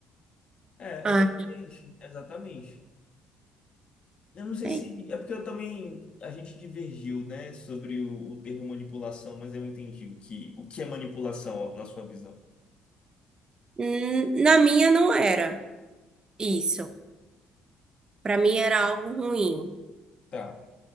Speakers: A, on the left; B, on the right.
A: É,
B: Ah,
A: exatamente, exatamente. Eu não sei
B: é.
A: se. É porque eu também. A gente divergiu, né, sobre o, o termo manipulação, mas eu entendi o que, o que é manipulação na sua visão.
B: Hum, Na minha não era isso. Pra mim era algo ruim.
A: Tá,